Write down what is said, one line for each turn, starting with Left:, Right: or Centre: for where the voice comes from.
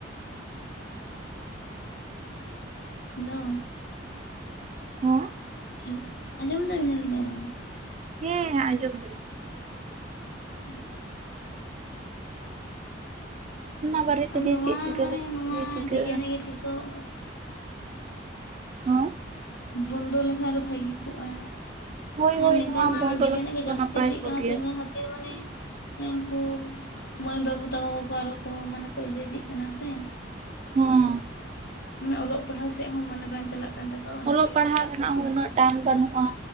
Left: ᱦᱮᱞᱳ᱾
Right: <unintelligible>
Left: ᱦᱮᱞᱳ, ᱟᱸᱡᱚᱢ ᱫᱟᱵᱤᱱ ᱟᱸᱞᱤᱧᱟᱜ ᱨᱚᱲ?
Right: ᱦᱮᱸ ᱟᱸᱡᱚᱢ ᱫᱟᱹᱞᱤᱧ᱾
Left: ᱦᱩᱸ᱾
Right: ᱚᱱᱟ ᱵᱟᱨᱮ ᱛᱮᱜᱮ
Left: ᱟᱨ ᱱᱚᱣᱟ
Right: ᱪᱮᱫ ᱪᱤᱠᱟᱹ
Left: ᱢᱟᱱᱮ
Right: ᱞᱮᱠᱷᱟᱱ
Left: ᱱᱚᱣᱟ
Right: ᱜᱮ ᱪᱤᱠᱟᱹᱜᱼᱟ
Left: ᱰᱤᱡᱮ ᱮᱱᱮᱡ ᱜᱮ ᱛᱤᱥᱚᱜ
Right: ᱦᱚᱸᱜ
Left: ᱵᱚᱱᱫᱚ ᱞᱮᱠᱷᱟᱱ ᱟᱨᱚ ᱵᱷᱟᱹᱜᱤ ᱠᱚᱜ-ᱟ
Right: ᱦᱳᱭ ᱦᱳᱭ
Left: <unintelligible> ᱱᱮᱛᱟᱨ
Right: ᱱᱚᱣᱟ
Left: ᱢᱟ
Right: ᱵᱚᱱᱫᱚ
Left: ᱰᱤᱡᱮ
Right: ᱞᱮᱠᱷᱟᱱ
Left: ᱮᱱᱮᱡ ᱜᱮ
Right: ᱫᱚ
Left: ᱡᱟᱹᱥᱛᱤ
Right: ᱱᱟᱯᱟᱭ
Left: ᱤᱫᱤᱜ
Right: ᱠᱚᱜ
Left: ᱠᱟᱱᱟ
Right: ᱜᱮᱭᱟ
Left: ᱥᱮ ᱤᱱᱟᱹ ᱠᱷᱟᱹᱛᱤᱨ ᱢᱟᱱᱮ ᱩᱱᱠᱩ ᱢᱟᱹᱭ ᱵᱟᱹᱵᱩ ᱛᱟᱠᱚ ᱠᱚ ᱟᱨᱚ ᱠᱚ ᱢᱟᱱᱮ ᱠᱚ ᱤᱭᱟᱹ ᱤᱫᱤᱜ ᱠᱟᱱᱟ ᱥᱮ,
Right: ᱦᱚᱸ ᱦᱚᱸ᱾
Left: ᱢᱟᱱᱮ ᱚᱞᱚᱜ ᱯᱟᱲᱦᱟᱣ ᱥᱮᱫ ᱦᱚᱸ ᱢᱚᱱᱮ ᱵᱟᱝ ᱪᱟᱞᱟᱜ ᱠᱟᱱ ᱛᱟᱠᱚᱣᱟ ᱚᱱᱟᱜᱮ
Right: ᱚᱞᱚᱜ ᱯᱟᱲᱦᱟᱜ
Left: ᱜᱚᱴᱟ
Right: ᱨᱮᱱᱟᱜ
Left: ᱠᱚ ᱪᱟᱞᱟᱜ
Right: ᱦᱚᱸ ᱩᱱᱟᱹᱜ
Left: ᱠᱟᱱᱟ
Right: ᱴᱟᱱ ᱵᱟᱹᱱᱩᱜ-ᱟ,